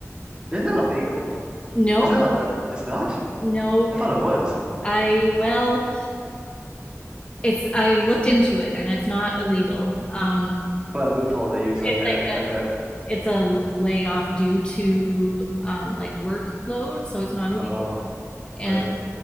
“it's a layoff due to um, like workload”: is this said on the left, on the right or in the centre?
Left